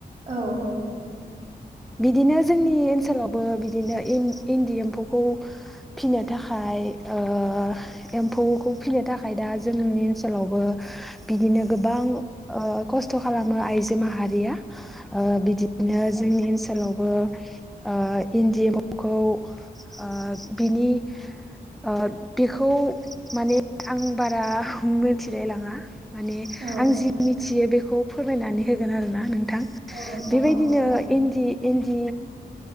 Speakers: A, on the right; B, in the centre.
A: औ औ ।
B: बिदिनो जोंनि ओनसोलावबो बिदिनो इन इन्दि एम्फौखौ फिनो थाखाय ओ एम्फौखौ फिनो थाखाय दा जोंनि ओनसोलावबो बिदिनो गोबां ओ खस्थ' खालामो आइजो मा हारिया ओ बिदिनो जोंनि ओनोल लावबो ओ इन्दि एमफौखौ ओ बिनि ओ बेखौ माने आं बारा मिथिलायलाङा माने
A: औ
B: आं
A: औ
B: जि मिथियो बेखौ फोरमायनानै होगोन आरोना नों थां
A: नोंथां
B: बेबायदिनो
A: औ औ
B: इन्दि इन्दि